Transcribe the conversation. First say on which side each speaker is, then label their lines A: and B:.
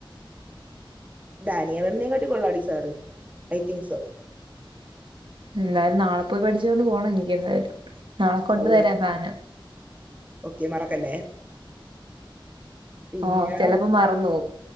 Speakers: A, on the right; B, on the right.
A: ഡാനിയ മാമ്മ്നെ കാട്ടിലും കൊള്ളാടി സാറ് ഐതിങ്ക്സോ
B: എന്തായാലും നാളെ പോയി പഠിച്ചുകൊണ്ട് പോണം എനിക്ക് എന്തായാലും നാളെ കൊണ്ട്
A: ഓ
B: വരാം സാധനം
A: ഓക്കെ മറക്കല്ലേ പിന്നെ
B: ഓഹ് ചിലപ്പോ മറന്നു പോവും